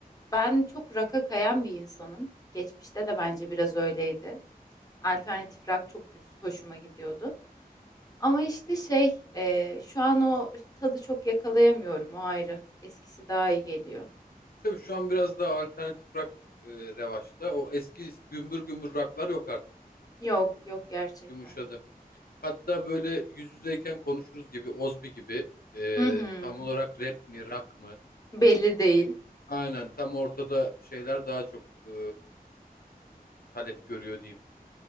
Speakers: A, on the left; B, on the left.
A: ben çok rock'a kayan bir insanım. Geçmişte de bence biraz öyleydi. Alternatif
B: Hı hı.
A: rock çok güz hoşuma gidiyordu. Ama işte şey e, şu an o tadı çok yakalayamıyorum o ayrı. Eskisi daha iyi geliyor.
B: Tabii şu an biraz daha alternatif rock e, revaçta. O eski gümbür gümbür rocklar yok artık.
A: Yok yok gerçekten.
B: Yumuşadı. Hatta böyle yüz yüzeyken konuşuruz gibi, Ozbi gibi e,
A: Hı hı.
B: tam olarak rap mi, rock mı?
A: Belli değil.
B: Aynen tam ortada şeyler daha çok e, talep görüyor diyeyim.